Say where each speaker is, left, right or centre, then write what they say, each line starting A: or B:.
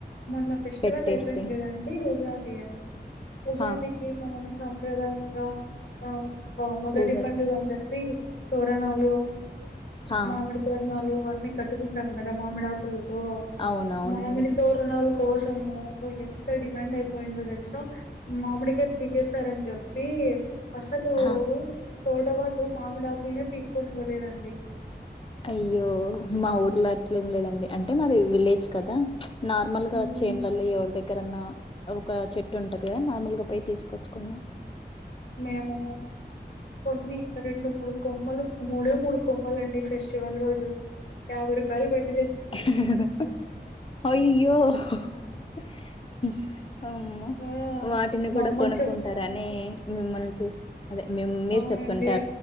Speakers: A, on the left; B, on the left.
A: మొన్న ఫెస్టివల్
B: పెట్టేసి
A: అయిపోయింది కదండీ ఉగాది ఉగాదికి
B: హ
A: మనం సాంప్రదాయంగా ఆ మొదటి
B: ఊగ
A: పండుగ అని చెప్పి తోరణాలు
B: హ
A: మామిడి తోరణాలు ఇవన్నీ కట్టుకుంటాం కదా మామిడి ఆకులతో
B: అవునవునండి
A: మామిడి తోరణాలు కోసము ఎంత డిమాండ్ అయిపోయిందో తెలుసా మామిడికాయ పీకేస్తారని చెప్పి అసలు
B: హ
A: తోటవాళ్ళు మామిడాకులనే పీక్కొనివ్వలేదండి
B: అయ్యో మా ఊర్లో అట్లే ఏం లేదండి అంటే మాది విలేజ్ కదా నార్మల్
A: హ్మ్.
B: గా చేన్లల్లో ఎవరి దగ్గర ఎక్కరన్నా ఒక చెట్టు ఉంటంది కదా నార్మల్ గా పోయి తీసుకొచ్చుకున్నాం
A: మేము కొన్ని రెండు మూడు కొమ్మలు మూడే మూడు కొమ్మలు అండి ఫెస్టివల్ రోజు యాభై రూపాయల్ బెట్టి
B: హహా అయ్యో హ్మ్ అమ్
A: ఆ!
B: వాటిని
A: మా
B: కూడా
A: అమ్మకి
B: కొనుక్కుంటారని
A: చెప్
B: మిమ్మల్ని చూసి అదే మిమ్ మీరు
A: అవునండి.
B: చెప్తుంటే